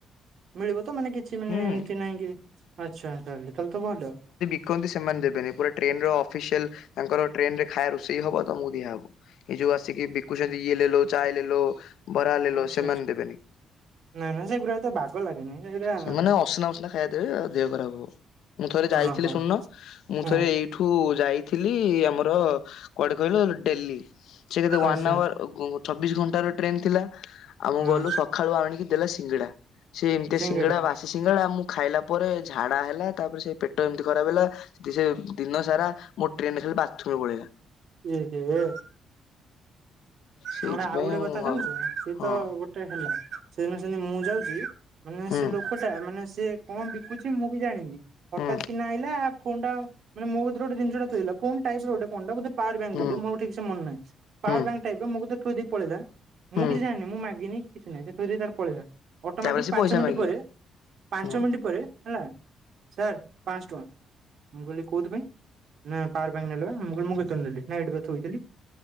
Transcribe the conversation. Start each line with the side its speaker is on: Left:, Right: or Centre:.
Right: ମିଳିବ ତ ମାନେ କିଛି ମାନେ
Left: ହୁଁ।
Right: ଏମିତି ନହିଁ କି ଆଚ୍ଛା ତାହଲେ ତାହେଲେ ତ ଭଲ।
Left: ଶିଖନ୍ତି ସେମାନେ ଦେବେନି ପୁରା ଟ୍ରେନ ର ଅଫିସିଆଲ ତାଙ୍କର ଟ୍ରେନ ରେ ଖାଇବା ରୋଷେଇ ହବ ତ ମୁକୁ ଦିଆହବ। ଏଇ ଯୋଉ ଆସିକି ବିକୁଛନ୍ତି ଇଏ ଲେଲୋ ଚା ଲେଲୋ। ବରା ଲେଲୋ
Right: ଆଚ୍ଛା
Left: ସେମାନେ
Right: ଆଚ୍ଛା।
Left: ଦେବେନି।
Right: ନାଇଁ ନାଇଁ ସେଗୁରା ଏତେ ବାଗ ଲାଗେନି ସେଇଟା
Left: ସେମାନେ ଅସନା ଫସନା ଖାଇବା ଦେବେ ଆଉ ଦେହ ଖରାପ ହବ। ମୁଁ ଥରେ ଯାଇଥିଲି
Right: ଓହୋ
Left: ଶୁଣୁନ ମୁଁ
Right: ହଁ
Left: ଥରେ ଏଇ ଏଠୁ ଯାଇଥିଲି ଆମର କୁଆଡେ କହିଲ ଡେଲି। ସେ କେତେ ୱାନ୍
Right: ଆଚ୍ଛା
Left: ଆୱାର ଚବିଶ ଘଣ୍ଟାର ଟ୍ରେନ୍ ଥିଲା ଆମ
Right: ହଁ
Left: ଗଲୁ ସକ୍ ଖାଳୁ ଆଣିକି ଦେଲା ସିଙ୍ଗଡ଼ା। ସେ ଏମିତିଆ
Right: ସିଙ୍ଗଡା
Left: ସିଙ୍ଗଡ଼ା ବା ସେ ସିଙ୍ଗଡ଼ା ମୁ ଖାଇଲା ପରେ ଝାଡା ହେଲା ତାପରେ ସେ ପେଟ ଏମିତି ଖରାପ ହେଲା ସେ ଦିନ ସାରା ମୋ ଟ୍ରେନରେ ଖାଲି ବାଥରୁମ ରେ ପଳେଇଲା।
Right: ଏହେ।
Left: ସେଇଥିପାଇଁ
Right: ଆ ମାନେ ଆଉ ଗୋଟେ କଥା
Left: ମୁଁ
Right: ସୁଣିଛ
Left: ଆଉ
Right: ସିଏ
Left: ହଁ
Right: ତ ଗୋଟେ ଟା ହେଲା ସେଦିନ ସେନ୍ତି ମୁଁ ଯାଉଛି ମାନେ
Left: ହୁଁ
Right: ସେ ଲୋକ ଟା ମାନେ ସେ କଣ ବିକୁଛି ମୁଁ ବି ଜାଣିନି। ହଠାତ୍
Left: ହୁଁ
Right: କିନା ଆଇଲା ଫୋନଟା ମାନେ ମୋ କତିରେ ଗୋଟ ଜିନିଷଟା ଥୋଇଥିଲା ଫୋନ୍ ଟାଇପର ଗୋଟେ କଣଟା ବୋଧେ ପାୱାର ବ୍ୟାଙ୍କ
Left: ହୁଁ
Right: ବୋଧ ମୋର ଠିକସେ ମନ ନାହିଁ ପାୱାର
Left: ହୁଁ
Right: ବ୍ୟାଙ୍କ୍ ଟାଇପର ମୋ କତିରେ ଥୋଇ ଦେଇ ପଳେଇଲା
Left: ହୁଁ
Right: ମୁଁ କିଛି ଜାଣିନି ମୁଁ ମାଗିନି କିଛି ନାହିଁ ସେ ଥୋଇ ଦେଇ ତାର ପଳେଇଲା। ଅଟୋମେଟିକ
Left: ତାପରେ ସେ
Right: ପାଞ୍ଚ
Left: ପଇସା
Right: ମିନିଟ୍
Left: ମାଗିବ
Right: ପରେ ପାଞ୍ଚ
Left: ହୁଁ
Right: ମିନିଟ୍ ପରେ ହେଲା ସାର୍ ପାଂଶ ଟଙ୍କା। ମୁଁ କହିଲି କୋଉଥିପାଇଁଁ ନା ପାର ପାଇଁ ନେଲେ ପା ମୁଁ କହିଲି ମୁଁ କେତେବେଳେ ନେଲି ନା ଏଇଠି ପା ଥୋଇଥିଲି।